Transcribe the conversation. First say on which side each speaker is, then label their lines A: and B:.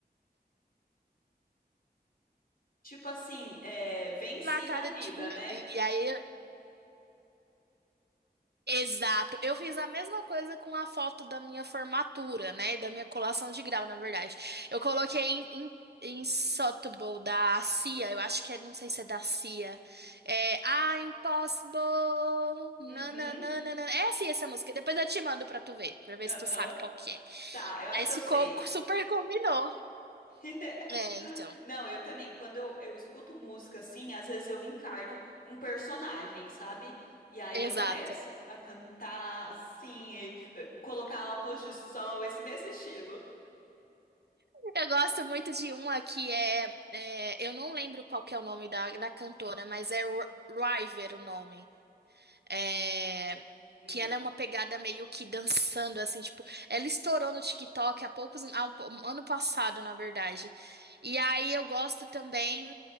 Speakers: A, on the left; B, on the right.
A: Tipo assim, é, venci
B: na cara,
A: na vida,
B: tipo. um-
A: né?
B: E, e aí Exato. Eu fiz a mesma coisa com a foto da minha formatura, né? Da minha colação de grau, na verdade. Eu coloquei em, em, em Sotheby, da CIA. Eu acho que é, não sei se é da CIA. É I'm Impossible. Nananana.
A: Uhum,
B: É assim essa música. Depois eu te mando pra tu ver, pra ver
A: aham.
B: se tu sabe qual que é.
A: Tá, eu acho
B: Aí
A: que
B: ficou
A: eu sei.
B: super combinou.
A: <laughs>
B: É, então.
A: Não, eu também. Quando eu, eu escuto música assim, às vezes eu encarno um personagem, sabe? E aí
B: Exato.
A: eu começo a cantar assim, e, eh, colocar óculos de sol, esse mesmo estilo.
B: Eu gosto muito de uma que é, é, eu não lembro qual que é o nome da, da cantora, mas é Ri- River o nome. É,
A: Hum,
B: que ela é uma pegada meio que dançando, assim, tipo, ela estourou no TikTok há poucos, há um, po- um ano passado, na verdade. E aí eu gosto também.